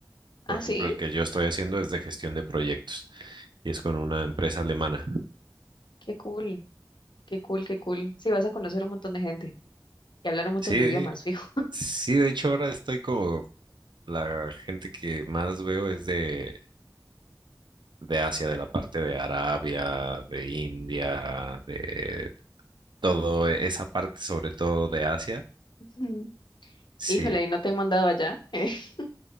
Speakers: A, on the left; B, on the right.
A: Ah,
B: Por ejemplo,
A: sí,
B: el que yo estoy haciendo es de gestión de proyectos y es con una empresa alemana.
A: qué cool, qué cool, qué cool. Sí, vas a conocer un montón de gente y hablar un montón
B: Sí,
A: de idiomas, <laughs> fijo.
B: sí, de hecho ahora estoy como la gente que más veo es de de Asia, de la parte de Arabia, de India, de todo esa parte, sobre todo de Asia.
A: Ujú.
B: Sí,
A: Híjole, ¿y no te han mandado allá? <laughs>